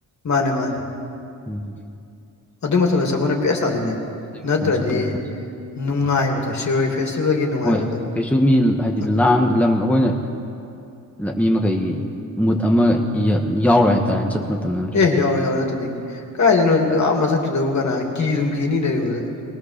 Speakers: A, on the left; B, in the centre.
A: ꯃꯥꯅꯦ ꯃꯥꯅꯦ
B: ꯎꯝ
A: ꯑꯗꯨ ꯃꯊꯛꯇꯁꯨ ꯑꯩꯈꯣꯏꯅ ꯕꯦꯁ ꯇꯥꯗꯣꯏꯅꯦ
B: ꯑꯗꯨꯒꯤ
A: ꯅꯠꯇ꯭ꯔꯗꯤ
B: ꯃꯇꯝꯗ ꯆꯠꯄꯥꯅ ꯐꯥꯅꯤ
A: ꯅꯨꯡꯉꯥꯏꯕꯗꯣ ꯁꯤꯔꯣꯏ ꯐꯦꯁꯇꯤꯚꯦꯜꯒꯤ ꯅꯨꯡꯉꯥꯏꯕꯗꯣ
B: ꯍꯣꯏ ꯀꯩꯁꯨ ꯃꯤ ꯍꯥꯏꯗꯤ
A: ꯑꯗꯨ
B: ꯂꯥꯡ ꯂꯝ ꯑꯩꯈꯣꯏꯅ ꯃꯤ ꯃꯈꯩꯒꯤ ꯃꯨꯠ ꯑꯃ ꯌꯥ ꯌꯥꯎꯔꯣꯏ ꯍꯥꯏꯇꯥꯔꯦꯅꯦ ꯆꯠꯄ ꯃꯇꯝꯗ ꯅꯠꯇ꯭ꯔꯥ
A: ꯌꯥꯎꯔꯦ ꯌꯥꯎꯔꯦ ꯅꯠꯇ꯭ꯔꯗꯤ ꯀꯥꯏꯗꯩꯩꯅꯣ ꯑꯥ ꯃꯊꯛꯇꯨꯗꯕꯨ ꯀꯅꯥ ꯀꯤꯗꯨꯝ ꯀꯤꯅꯤ ꯂꯩꯔꯨꯕꯗ